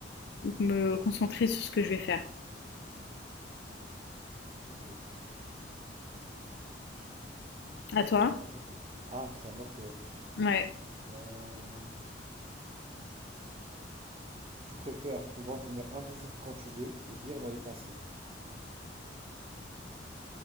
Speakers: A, on the left; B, on the right.
A: me concentrer sur ce que je vais faire.
B: Ok,
A: À toi?
B: à ton tour. Ah, si, c'est à moi de poser la question.
A: Ouais,
B: Euh, tu préfères pouvoir devenir invisible quand tu veux ou lire dans les pensées?